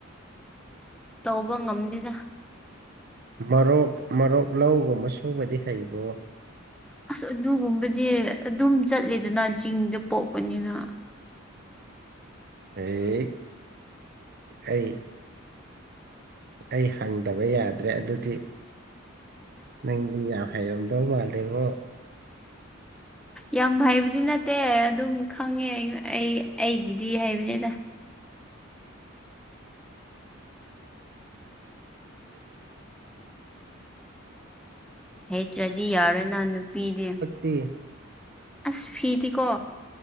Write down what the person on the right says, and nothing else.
ꯃꯔꯣꯛ ꯃꯔꯣꯛ ꯂꯧꯒꯨꯝꯕ ꯁꯨꯕꯗꯤ ꯍꯩꯕꯣ
ꯑꯩ ꯑꯩ ꯑꯩ ꯑꯩ ꯍꯪꯗꯕ ꯌꯥꯗ꯭ꯔꯦ ꯑꯗꯨꯗꯤ ꯅꯪꯗꯤ ꯌꯥꯝ ꯍꯥꯏꯔꯝꯗꯧ ꯃꯥꯜꯂꯦꯉꯣ
<unintelligible> <inaudible>
ꯇꯦ